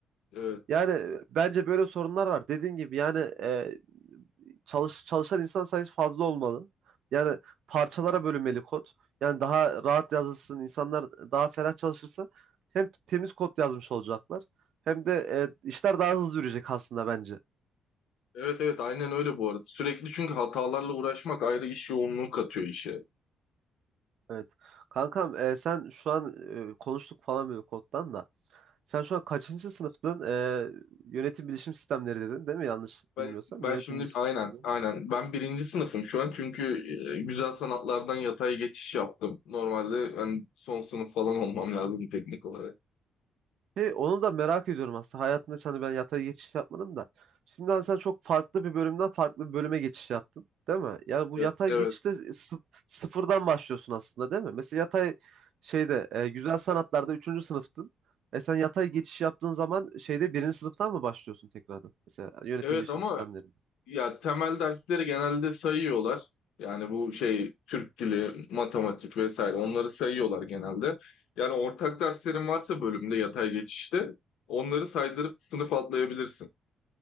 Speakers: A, on the left; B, on the right.
A: Evet.
B: Yani e, bence böyle sorunlar var. Dediğin gibi yani e, çalış, çalışan insan sayısı fazla olmalı. Yani parçalara bölünmeli kod. Yani daha rahat yazılsın, insanlar daha ferah çalışırsa hem temiz kod yazmış olacaklar hem de e, işler daha hızlı yürüyecek aslında bence.
A: Evet evet aynen öyle bu arada. Sürekli çünkü hatalarla uğraşmak ayrı iş yoğunluğu katıyor işe.
B: Evet. Kankam e, sen şu an e, konuştuk falan böyle koddan da. Sen şu an kaçıncı sınıftın? E, yönetim bilişim sistemleri dedin değil mi? Yanlış
A: Ben,
B: bilmiyorsam
A: ben
B: yönetim
A: şimdi
B: bilişim
A: aynen
B: sistemleri.
A: aynen ben birinci sınıfım şu an çünkü e, güzel sanatlardan yatay geçiş yaptım. Normalde hani son sınıf falan olmam lazım teknik olarak.
B: Hey, onu da merak ediyorum aslında. Hayatımda hiç hani ben yatay geçiş yapmadım da. Şimdi hani sen çok farklı bir bölümden farklı bir bölüme geçiş yaptın. Değil mi? Yani bu
A: Evet.
B: yatay
A: Evet.
B: geçişte sı- sıfırdan başlıyorsun aslında değil mi? Mesela yatay şeyde e, güzel sanatlarda üçüncü sınıftın. E sen yatay
A: Hı hı.
B: geçiş yaptığın zaman şeyde birinci sınıftan mı başlıyorsun tekrardan? Mesela yönetim
A: Evet
B: bilişim
A: ama
B: sistemlerinde.
A: Ya temel dersleri genelde sayıyorlar. Yani bu şey Türk dili, matematik vesaire onları sayıyorlar genelde. Yani ortak derslerin varsa bölümde yatay geçişte onları saydırıp sınıf atlayabilirsin.